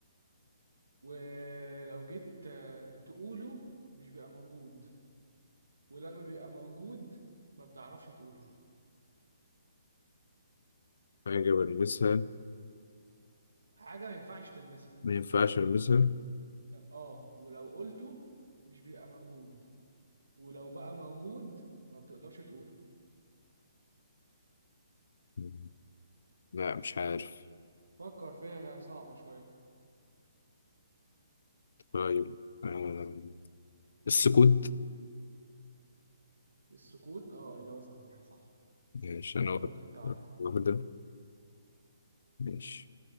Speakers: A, on the right; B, on the left.
A: ولو جيت آه، تقوله مش بيبقى موجود ولما بيبقى موجود ما بتعرفش تقوله
B: حاجة بلمسها
A: حاجة ما ينفعش تلمسها
B: ما ينفعش ألمسها
A: طب اه ولو قلته مش بيبقى موجود ولو بقى موجود ما بتقدرش تقوله
B: مم. لا مش عارف
A: فكر فيها هي صعبة شوية
B: طيب آه، السكوت
A: السكوت اه إجابة صحيحة صح
B: ماشي
A: يلا
B: أنا واخد
A: قول انت واحدة
B: واحدة ماشي